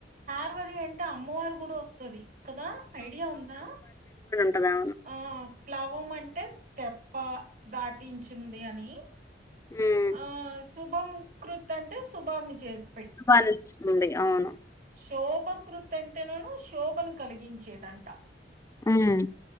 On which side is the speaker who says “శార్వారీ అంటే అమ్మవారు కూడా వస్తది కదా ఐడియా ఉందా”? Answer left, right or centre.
Right